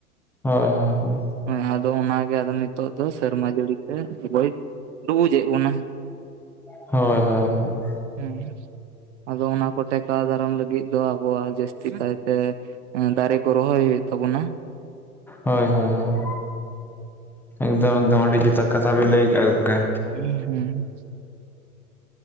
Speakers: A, in the centre; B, on the right.
A: ᱦᱳᱭ ᱦᱳᱭ ᱦᱳᱭ
B: ᱚᱱᱮ ᱟᱫᱚ ᱚᱱᱟᱜᱮ ᱟᱫᱚ ᱱᱤᱛᱚᱜ ᱫᱚ ᱥᱮᱨᱢᱟ ᱡᱟᱹᱲᱤᱛᱮ ᱟᱵᱚᱭ ᱰᱩᱵᱩᱡᱮᱜ ᱵᱚᱱᱟ
A: ᱦᱳᱭ ᱦᱳᱭ ᱦᱳᱭ
B: ᱦᱩᱸ ᱟᱫᱚ ᱚᱱᱟ ᱠᱚ ᱴᱮᱠᱟᱣ ᱫᱟᱨᱟᱢ ᱞᱟᱹᱜᱤᱫ ᱫᱚ ᱟᱵᱚᱣᱟᱜ ᱡᱟᱹᱥᱛᱤ ᱠᱟᱭᱛᱮ ᱫᱟᱨᱮ ᱠᱚ ᱨᱚᱦᱚᱭ ᱦᱩᱭᱩᱜ ᱛᱟᱵᱚᱱᱟ
A: ᱦᱳᱭ ᱦᱳᱭ ᱦᱳᱭ ᱮᱠᱫᱚᱢ ᱮᱠᱫᱚᱢ ᱟᱹᱰᱤ ᱡᱛᱦᱟᱛ ᱠᱟᱛᱷᱟ ᱵᱤᱱ ᱞᱟᱹᱭ ᱠᱮᱜ-ᱟ ᱜᱚᱝᱜᱮ
B: ᱩᱸ ᱦᱩᱸ